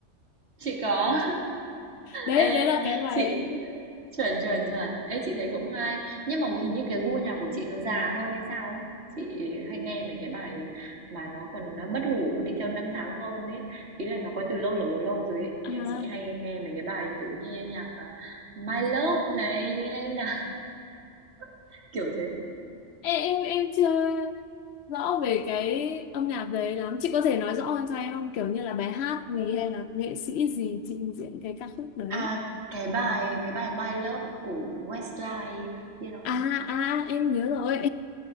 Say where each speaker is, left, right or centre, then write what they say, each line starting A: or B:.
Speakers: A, on the right; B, on the left.
A: Chị có
B: đấy
A: Ê,
B: đấy là cái bài
A: chị
B: em thích
A: chuẩn chuẩn chuẩn Ê, chị thấy cũng hay nhưng mà hình như cái gu nhạc của chị nó già hơn hay sao ấy chị hay nghe mấy cái bài mà nó còn nó bất hủ đi theo năm tháng hơn đấy ý là nó có từ lâu lâu lâu lâu rồi ấy
B: à
A: Nghe chị hay nghe mấy cái bài kiểu như nhạc à, My Love này hay là <laughs> kiểu thế
B: Ê, em em chưa rõ về cái âm nhạc đấy lắm chị có thể nói rõ hơn cho em không kiểu như là bài hát gì hay là nghệ sĩ gì trình diễn cái ca khúc đấy
A: à cái bài cái bài My Love của Westlife biết không
B: à à em nhớ rồi